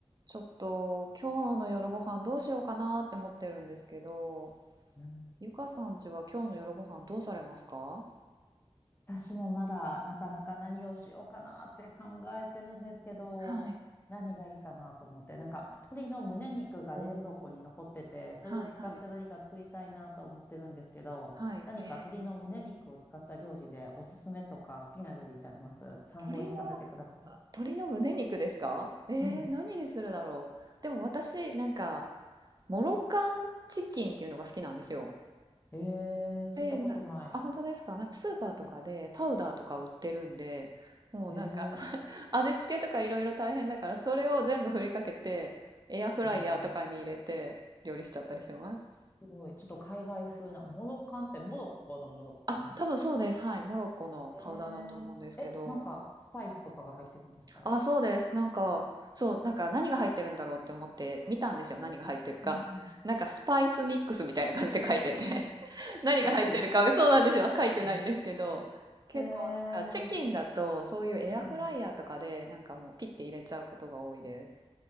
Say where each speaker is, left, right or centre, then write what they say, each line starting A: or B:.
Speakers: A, on the right; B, on the left.
A: ちょっと今日の夜ご飯どうしようかなって思ってるんですけど、
B: うん
A: ゆかさんちは今日の夜ご飯どうされますか
B: 私もまだなかなか何をしようかなって考えてるんですけど、
A: はい、
B: 何がいいかなと思って、なんか鶏の胸肉が冷蔵庫に残ってて、
A: おー
B: それを使って何か作りたいなと思ってるんですけど、
A: はい、はい。はい。
B: 何か鶏の胸肉を使った料理でおすすめとか好きな料理ってあります参考にさせてください。
A: え、鶏の、あ鶏の胸肉ですかえー、
B: うん
A: 何にするだろう。でも私、なんか、モロカンチキンっていうのが好きなんですよ。
B: えー、聞いたことない。
A: で、な、あ、本当ですかなんかスーパーとかでパウダーとか売ってるんで、
B: は
A: もうなんか、
B: いえ
A: 味付けとかいろいろ大変だから、それを全部振りかけて、エアフライヤーとかに入れて料理しちゃったりします。
B: ー、えー、すごい。ちょっと海外風な、モロカンってモロッコのモロカン
A: あ、多分そうです。はい。モロッコのパウダーだと思うんですけど。
B: えー、え、なんか、スパイスとかが入ってるんですか
A: あ、そうです。なんか、そう、なんか何が入ってるんだろうって思って見たんですよ。何が入ってるか。
B: うんうん。
A: なんかスパイスミックスみたいな感じで書いてて <laughs> 何が入ってるかが、
B: ざっくり。
A: そうなんですよ。書いてないんですけど。
B: うん
A: 結構なんかチキンだとそういうエアフライヤーとかでなんかもうピッて入れちゃうことが多いです。
B: えー、うん。